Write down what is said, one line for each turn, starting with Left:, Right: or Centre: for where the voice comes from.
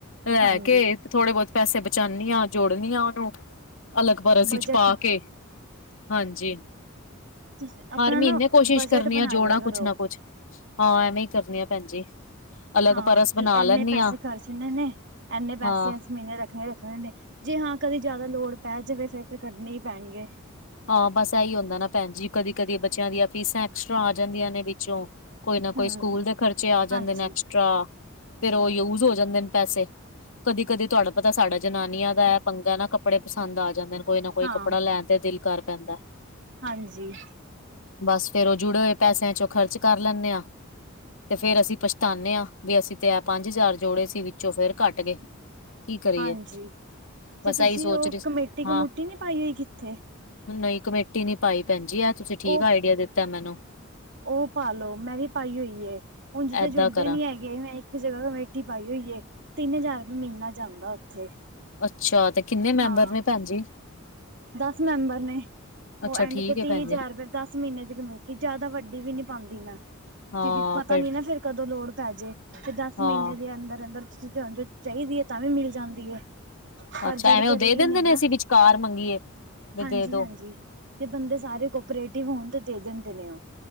Left: ਲੈ
Right: ਹਾਂਜੀ,
Left: ਕੇ ਥੋੜੇ ਬਹੁਤ ਪੈਸੇ ਬਚਾਉਂਦੀ ਹਾਂ ਜੋੜਨੀ ਆਂ ਉਹਨੂੰ ਅਲੱਗ ਪਰਸ
Right: ਬਜਟ
Left: ਵਿੱਚ ਪਾ ਕੇ ਹਾਂਜੀ
Right: ਤੁਸੀਂ ਆਪਣਾ
Left: ਹਰ ਮਹੀਨੇ
Right: ਨਾ
Left: ਕੋਸ਼ਿਸ਼
Right: ਬਜਟ
Left: ਕਰਨੀ
Right: ਬਣਾ
Left: ਆ ਜੋੜਾ
Right: ਲਿਆ ਕਰੋ।
Left: ਕੁਛ ਨਾ ਕੁਛ ਹਾਂ ਐਵੇਂ ਹੀ ਕਰਨੀ ਆ ਭੈਣ ਜੀ। ਅਲੱਗ
Right: ਹਾਂ
Left: ਪਰਸ ਬਣਾ
Right: ਕਿ ਇਨੇ
Left: ਲੈਂਨੀ
Right: ਪੈਸੇ
Left: ਆ
Right: ਖਰਚਣੇ ਨੇ ਇਨੇ ਪੈਸੇ
Left: ਹਾਂ
Right: ਅਸੀਂ ਮਹੀਨੇ ਰੱਖਣੇ ਹੀ ਰੱਖਣੇ ਨੇ ਜੇ ਹਾਂ ਕਦੇ ਜ਼ਿਆਦਾ ਲੋੜ ਪੈ ਜਾਵੇ ਫਿਰ ਤਾਂ ਕੱਢਣੇ ਹੀ ਪੈਣਗੇ
Left: ਹਾਂ ਬਸ ਇਹੀ ਹੁੰਦਾ ਨਾ ਭੈਣ ਜੀ ਕਦੀ ਕਦੀ ਬੱਚਿਆਂ ਦੀਆਂ ਫੀਸਾਂ ਐਕਸਟਰਾ ਆ ਜਾਂਦੀਆਂ ਨੇ ਵਿੱਚੋਂ ਕੋਈ ਨਾ
Right: ਹੂੰ।
Left: ਕੋਈ ਸਕੂਲ ਦੇ ਖਰਚੇ ਆ
Right: ਹਾਂਜੀ,
Left: ਜਾਂਦੇ ਨੇ ਐਕਸਟਰਾ ਫਿਰ ਉਹ ਯੂਜ ਹੋ ਜਾਂਦੇ ਨੇ ਪੈਸੇ ਕਦੀ ਕਦੀ ਤੁਹਾਡਾ ਪਤਾ ਸਾਡਾ ਜਨਾਨੀਆਂ ਦਾ ਇਹ ਪੰਗਾ ਹੈ ਨਾ ਬੜੇ ਪਸੰਦ ਆ ਜਾਂਦੇ ਨੇ ਕੋਈ ਨਾ ਕੋਈ
Right: ਹਾਂ,
Left: ਕੱਪੜਾ ਲੈਣ ਤੇ ਦਿਲ ਕਰ ਪੈਂਦਾ
Right: ਹਾਂਜੀ
Left: ਬਸ ਫਿਰ ਉਹ ਜੁੜੇ ਹੋਏ ਪੈਸਿਆਂ ਚੋਂ ਖਰਚ ਕਰ ਲੈਂਦੇ ਆ ਤੇ ਫੇਰ ਅਸੀਂ ਪਛਤਾਨੇ ਹਾਂ, ਅਸੀਂ ਤੇ ਇਹ ਪੰਜ ਹਜ਼ਾਰ ਜੋੜੇ ਸੀ ਵਿੱਚੋਂ ਫੇਰ ਘੱਟ ਗਏ। ਕੀ ਕਰੀਏ
Right: ਹਾਂਜੀ ਤੇ
Left: ਬਸ
Right: ਤੁਸੀਂ
Left: ਇਹੀ ਸੋਚ
Right: ਉਹ
Left: ਰਹੀ
Right: ਕਮੇਟੀ
Left: ਹਾਂ
Right: ਕਮੂਟੀ ਨਹੀਂ ਪਾਈ ਹੋਈ ਕਿੱਥੇ?
Left: ਨਹੀਂ ਕਮੇਟੀ ਨੀ ਪਾਈ ਭੈਣ ਜੀ ਆ ਤੁਸੀਂ ਠੀਕ
Right: ਉਹ
Left: ਆਈਡੀਆ ਦਿੱਤਾ ਮੈਂਨੂੰ
Right: ਉਹ ਪਾਲੋ ਮੈਂ ਵੀ ਪਾਈ ਹੋਈ ਏ ਉਝ‌ ਤਾਂ
Left: ਏਦਾਂ
Right: ਜੁੜਦੇ
Left: ਕਰਾਂ
Right: ਨੀ ਹੈਗੇ <unintelligible> ਮੈਂ ਇੱਕ ਜਗ੍ਹਾ ਕਮੇਠੀ ਪਾਈ ਹੋਈਏ ਤਿੰਨ ਹਜ਼ਾਰ ਮਹੀਨਾ ਜਾਂਦਾ ਉੱਥੇ
Left: ਅੱਛਾ, ਤੇ ਕਿੰਨੇ ਮੈਂਬਰ
Right: ਹਾਂ
Left: ਨੇ ਭੈਣ ਜੀ?
Right: ਦਸ ਮੈਂਬਰ ਨੇ
Left: ਅੱਛਾ
Right: ਉਹ ਐਂਡ
Left: ਠੀਕ
Right: ਤੇ
Left: ਹੈ
Right: ਤੀਹ
Left: ਭੈਣ
Right: ਹਜ਼ਾਰ
Left: ਜੀ
Right: ਰੁਪਏ ਦਸ ਮਹੀਨੇ ਦੀ ਕਮੇਟੀ ਜਿਆਦਾ ਵੱਡੀ ਵੀ ਨੀ ਪਾਉਂਦੀ ਮੈਂ
Left: ਹਾਂ
Right: ਕਿਉਂਕਿ ਪਤਾ
Left: ਫਿਰ
Right: ਨਹੀਂ ਨਾ ਫੇਿਰ ਕਦੋਂ ਲੋੜ ਪੈ ਜੇ ਤੇ ਦਸ ਮਹੀਨੇ
Left: ਹਾਂ
Right: ਦੇ ਅੰਦਰ ਅੰਦਰ ਤੁਸੀ ਚਾਹੁੰਦੀ ਹੈ ਤਾਂ ਵੀ ਮਿਲ ਜਾਂਦੀ ਹੈ ਪਰ
Left: ਅੱਛਾ
Right: ਜੁੜ
Left: ਐਵੇਂ
Right: ਤੇ
Left: ਉਹ
Right: ਰਹੀ
Left: ਦੇ ਦਿੰਦੇ ਨੇ
Right: ਨਾ
Left: ਅਸੀਂ ਵਿਚਕਾਰ ਮੰਗੀਏ ਵੀ
Right: ਹਾਂਜੀ
Left: ਦੇ ਦੋ
Right: ਹਾਂਜੀ ਜੇ ਬੰਦੇ ਸਾਰੇ ਕੋਪਰੇਟਿਵ ਹੋਣ ਤੇ ਦੇ ਦਿੰਦੇ ਨੇ ਉਹ